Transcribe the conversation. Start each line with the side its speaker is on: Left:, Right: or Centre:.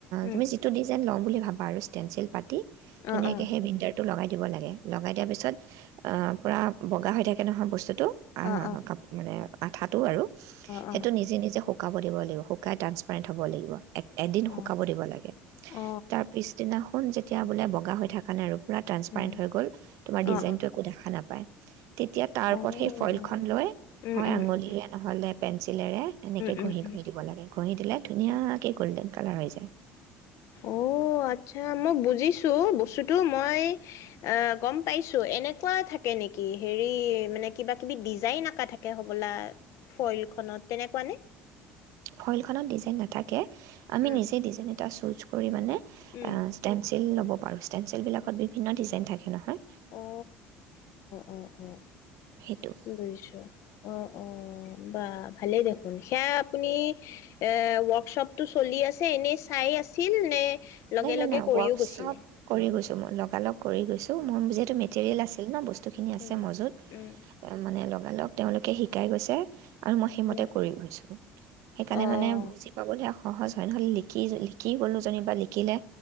Left: উম
Right: তুমি যিটো ডিজাইন লও বুলি ভাবা ভাবা আৰু ষ্টেনঞ্চিল পা ধুনীয়াকে
Left: অ অ
Right: সেই বিণ্ডাৰটো লগাই অ লগাই দিব লাগে, লগাই দিয়া পিছত পুৰা বগাহৈ থাকে নহয় বস্তুটো বস্তুটো
Left: অ অ
Right: কাপ মানে আঠাত সেইটো আৰু
Left: অ
Right: সেইটো নিজে নিজে শুকাব দিব লাগিব শুকাই ট্ৰাঞ্চপেৰেণ্ট' হব লাগিব এদিন
Left: অ
Right: শুকাব দিব লাগে
Left: অ অ অ
Right: তাৰ পিছদিনাখন যে এতিয়া বোলে বগা হৈ থকা নাই আৰু পূৰা ট্ৰান্সপাৰেণ্ট
Left: উম
Right: হৈ গ'ল তোমাৰ ডিজাইনটো
Left: অ অ
Right: একো দেখা নাপায় তেতিয়া তাৰ
Left: অ উম
Right: ওপৰত সেই
Left: উম
Right: ফইলখন লৈ
Left: উম
Right: হয়
Left: উম
Right: আঙুলিৰে নহ'লে চিলেৰে এনেকে
Left: উম
Right: ঘঁহি
Left: উম
Right: ঘঁহি দিব লাগে ঘঁহি দিলে ধুনীয়া এই গ'ল্ডেন কালাৰ হৈ যায়
Left: অ আচ্ছা মই বুজিছো টো বস্তুটো মই এ গম পাইছো এনেকুৱা থাকে নেকি হেৰি মানে কিবা কিবি ডিজাইন আঁকা থাকে হ'বলা ফইলখনত তেনেকুৱা নে?
Right: ফইলখনত ডিজাইন নাথাকে আমি
Left: উম
Right: নিজে ডিজাইন এটা চুজ কৰিবা নে?
Left: উম
Right: অ ষ্টেন্সিল ল'ব অ ষ্টেন্সিল বিলাকত বিভিন্ন ডিজাইন থাকে সি নহয়
Left: অ অ অ
Right: সেইটো
Left: দুইশ অ অ বা ভালেই দিয়ক সেইয়া আপুনি এ ৱৰ্কশ্বপটো চলি আছে এনেই চাই আছিল নে লগে
Right: নাই নাই
Left: লগে
Right: নাই
Left: কৰিও
Right: ৱৰ্কশ্বপ
Left: গৈছিলে
Right: কৰি গৈছো মই লগা লগ কৰি গৈছো ত' মোৰ যিহেতু মেটেৰিয়েল আছিল ন বস্তুখিনি আছে
Left: উম
Right: মজুত
Left: উম
Right: মানে লগালগ তেওঁলোকে শিকাই গৈছে আৰু মই সেইমতে
Left: উম
Right: কৰি গৈছো সেইকাৰণে
Left: অঁ
Right: মানে বুজি পাবলৈ আউ সহজ হয় নহলে লিখি য লিখি গ'লো যেনিবা লিখি শিকিলে